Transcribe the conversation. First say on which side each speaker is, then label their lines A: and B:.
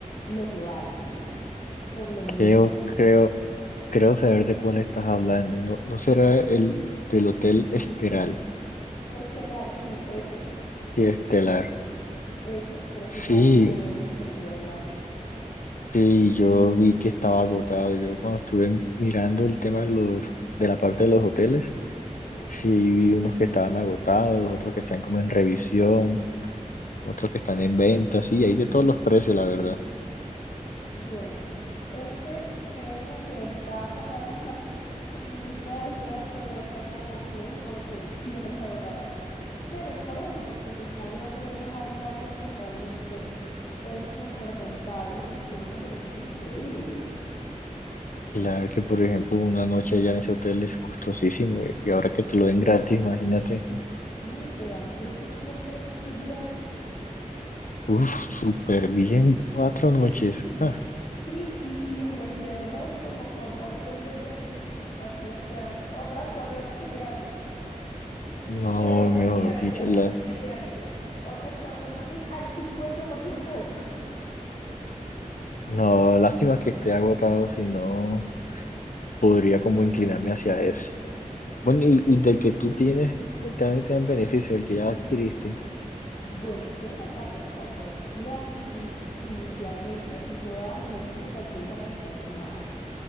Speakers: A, on the left; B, on the left.
A: lo que vale, ¿sí? Por lo menos,
B: creo, creo, creo saber de cuál estás hablando. No, no será el del Hotel Esteral,
A: Estelar, sí, ese,
B: sí, Estelar.
A: ese, precisamente
B: Sí,
A: de ese te estoy hablando.
B: sí, yo vi que estaba agotado. Yo cuando estuve mirando el tema de los, de la parte de los hoteles,
A: sí.
B: sí vi unos que estaban agotados, otros que están como en revisión. otros que están en venta, sí, hay de todos los precios, la verdad.
A: Bueno, ese créeme que está como <laughs> en mi lista de deseos, pero está como complejo porque siempre está agotado. Pero es por eso, porque pues nadie va a querer dejar ir algo que realmente es súper rentable y tiene unos beneficios increíbles.
B: Claro que, por ejemplo, una noche allá en ese hotel es costosísimo eh, y ahora que te lo den gratis, imagínate,
A: No, y te dan creo que cuatro noches gratis.
B: uff, súper bien, cuatro noches.
A: <laughs>
B: Ah,
A: Sí, y si reservas como con ocho días de anticipación, te dan otras cuatro noches gratis.
B: no,
A: Perdón,
B: mejor
A: mentira,
B: dicho,
A: mentira,
B: la,
A: mentira, mentira. Otras cuatro noches al 50% de descuento.
B: no, lástima que esté agotado, si no, podría como inclinarme hacia ese. Bueno, y,
A: Sí.
B: y del que tú tienes, también te dan beneficio, del que ya adquiriste.
A: Bueno, quiero contarte que cuando lo adquirí, inicialmente no daban beneficios de absolutamente nada.